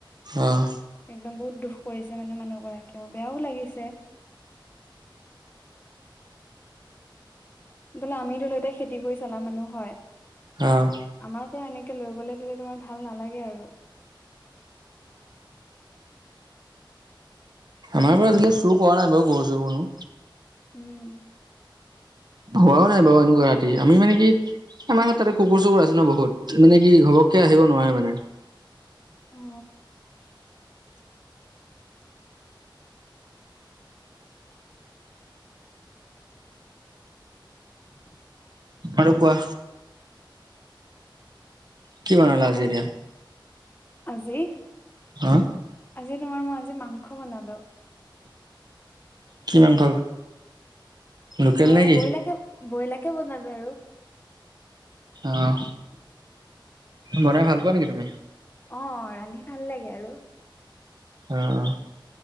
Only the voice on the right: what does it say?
অহ।
অঁ।
আমাৰ পৰা আজিলৈ চুৰ কৰা নাই বাৰু গৰু -চৰু কোনো।
হোৱাও নাই বাৰু এনেকুৱা ৰাতি আমি মানে কি আমাৰ তাতে কুকুৰ চুকুৰ আছে ন বহুত মানে কি ঘপকে আহিব নোৱাৰে মানে।
আৰু কোৱা? কি বনালা
আজি এতিয়া
হা
কি মাংস? লোকেল
নে কি
অঁ বনাই ভাল পোৱা নেকি তুমি?
অঁ অঁ।